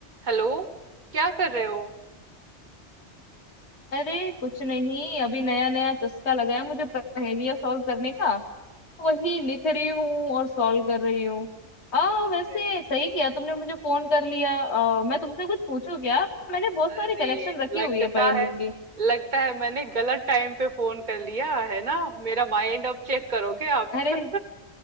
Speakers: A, on the right (about 40°); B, on the left (about 65°).
A: Hello क्या कर रहे हो
B: अरे कुछ नहीं अभी नया नया चस्का लगा है मुझे पहेलियां सॉल्व करने का वही लिख रही हूँ और सॉल्व कर रही हूँ आ
A: अरे
B: वैसे
A: वाह
B: सही किया तुमने मुझे फोन कर लिया आ, मैं तुमसे कुछ पूछूं क्या मैंने बहुत
A: अरे
B: सारी कलेक्शन रखी
A: लगता
B: हुई है पहेलियों
A: है
B: की
A: लगता है मैंने गलत टाइम पे फोन कर लिया है ना मेरा माइंड अब चेक करोगे आप
B: अरे
A: <laughs>